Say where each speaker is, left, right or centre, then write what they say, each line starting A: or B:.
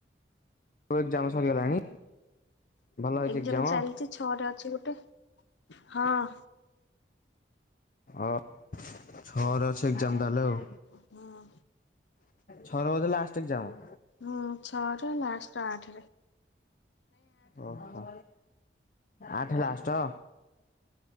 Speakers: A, on the left (about 45°); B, on the left (about 85°).
A: ଏକ୍ଜାମ ସରିଗଲାଣି ଭଲ ହେଇଛି
B: ଏଗ୍ଜାମ୍
A: ଏକ୍ଜାମ?
B: ଚାଲିଚି ଛଅରେ ଅଛି ଗୋଟେ। ହଁ।
A: ଅ ଛଅରେ ଅଛି ଏକ୍ଜାମ୍ ତାଲେ ଆଉ।
B: ହଁ।
A: ଛଅରେ ବୋଧେ ଲାଷ୍ଟେ ଏଗ୍ଜାମ୍?
B: ହଁ ଛଅରେ ଲାଷ୍ଟ ଆଠେରେ।
A: ଓହୋ ଆଠେ ଲାଷ୍ଟ?